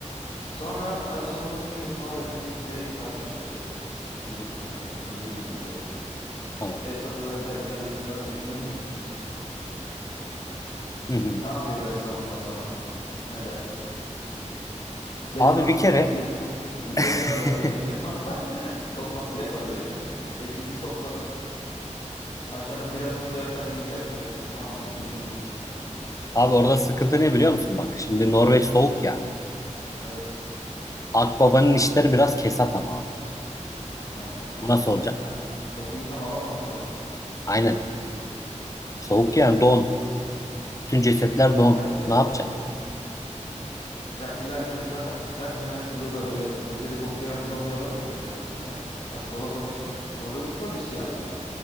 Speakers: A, on the left; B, on the left.
A: Sonra hadi sonunda diyelim ki Norveç'te bir seri katil çıktı. Milleti takır takır vuruyor, indiriyor.
B: Tamam.
A: Behzat'a da dediler ki hadi bunların peşine gidin.
B: Hı hı.
A: Ne yapıyor Behzat ondan sonra? Ne der? Gelin
B: Abi
A: la,
B: bir kere
A: gelin. Gelin
B: <laughs>
A: la der ilk önce. <laughs> Toplantı yapar bir. <laughs> Ekibi bir toplar. Aşağıdan birasını bir açar, bir içer şöyle. Tamam bir düşünür.
B: abi orada sıkıntı ne biliyor musun? Bak şimdi Norveç soğuk ya.
A: Evet.
B: Akbabanın işleri biraz kesat ama orada.
A: Ha.
B: Bu nasıl olacak?
A: Ha. Kokuyu tam alamaz değil mi?
B: Aynen. Soğuk
A: Evet.
B: yani don. Bütün cesetler
A: Evet
B: don.
A: ama yapacak
B: Ne
A: bir
B: yapacak?
A: şey yok yani. Ya illaki hani zaten her cinayet büroda böyle cesedi koklayarak bulan bir adam yok ki ya. Hani akbaba sonuçta orada bir polis yani.